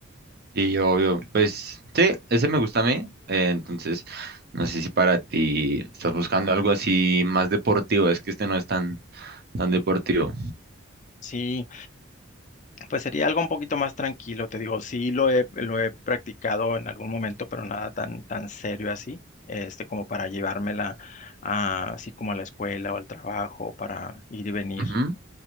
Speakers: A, on the right (about 50°); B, on the left (about 35°).
A: Sí, obvio. Pues sí, ese me gusta a mí. eh, entonces, no sé si para ti estás buscando algo así más deportivo. Es que este no es tan, tan deportivo.
B: Sí, pues sería algo un poquito más tranquilo, te digo, sí lo he, lo he practicado en algún momento, pero nada tan, tan serio así, este, como para llevármela a- así como a la escuela o al trabajo, para ir y venir
A: Ujú.